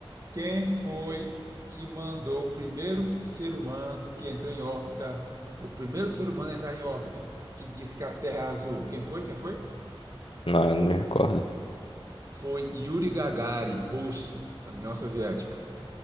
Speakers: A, on the right; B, on the left.
A: Quem foi que mandou o primeiro ser humano que entrou em órbita? O primeiro ser humano a entrar em órbita, que disse que a Terra é azul. Quem foi? Quem foi?
B: Não, eu não me recordo.
A: Foi Yuri Gagarin, russo, União Soviética.